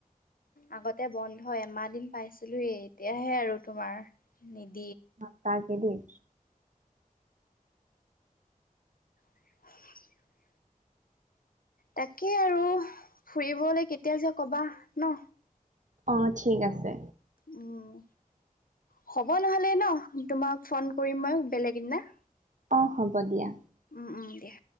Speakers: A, on the left; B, on the right.
A: আগতে বন্ধ এমাহ দিন পাইছিলোয়ে এতিয়াহে আৰু তোমাৰ নিদ
B: সচাকে দেই
A: <unintelligible> তাকেই আৰু ফুৰিবলৈ কেতিয়া যোৱা কবা ন
B: অ ঠিক আছে।
A: উম। হ'ব নহলে ন তোমাক ফোন কৰিম মই বেলেগ এদিনা।
B: অ হ'ব দিয়া।
A: উম উম দিয়া